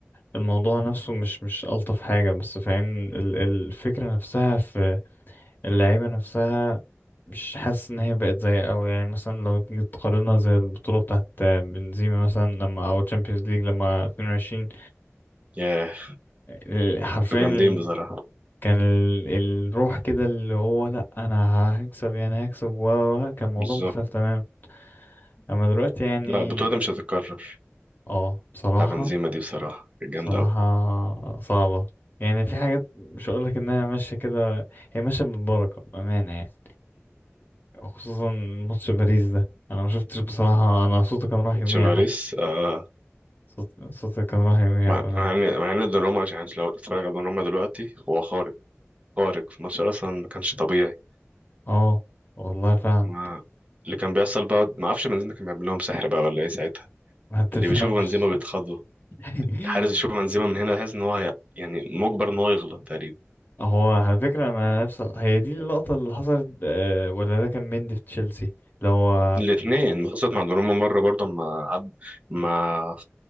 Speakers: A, on the left (about 45°); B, on the right (about 30°).
A: الموضوع نفسه مش مش ألطف حاجة بس فاهم ال- الفكرة نفسها في اللعيبة نفسها مش حاسس إن هي بقت زي أوي يعني مثلا لو تيجي تقارنها زي البطولة بتاعت بنزيما مثلا لما أو تشامبيونز ليج لما 22
B: ياه
A: آه، حرفيا
B: انتوا جامدين بصراحه
A: كان ال... الروح كده اللي هو لا انا هكسب يعني هكسب و كان الموضوع
B: بالظبط
A: مختلف تمام اما دلوقتي يعني
B: لا البطوله دي مش هتتكرر
A: اه بصراحة
B: بتاع بنزيما دي بصراحه كانت جامده
A: بصراحة
B: قوي
A: صعبة يعني في حاجات مش هقولك انها ماشية كده هي ماشية بالبركة بأمانة يعني خصوصا ماتش باريس ده انا ما شفتش بصراحة انا صوتي كان راح يوميها
B: تشافاريس
A: حد
B: آه
A: صوت... صوتي كان راح يوميها
B: مع
A: بأمانة
B: مع ان مع ان دوناروما مش يعني لو اتفرج على دوناروما دلوقتي هو خارق خارق في الماتش اصلا ما كانش طبيعي
A: اه والله فعلا
B: ما اللي كان بيحصل بقى ما اعرفش بنزيما كان بيعمل لهم سحر بقى ولا ايه ساعتها
A: ما تفهمش
B: اللي بيشوف بنزيما بيتخضوا
A: <laughs>
B: الحارس يشوف بنزيما من هنا يحس ان هو هي- يعني مجبر ان هو يغلط تقريبا
A: هو على فكرة أنا نفس هي دي اللقطة اللي حصلت آه ولا ده كان مندي في تشيلسي اللي هو
B: الاثنين حصلت مع دوناروما مرة برضه ما عد... ما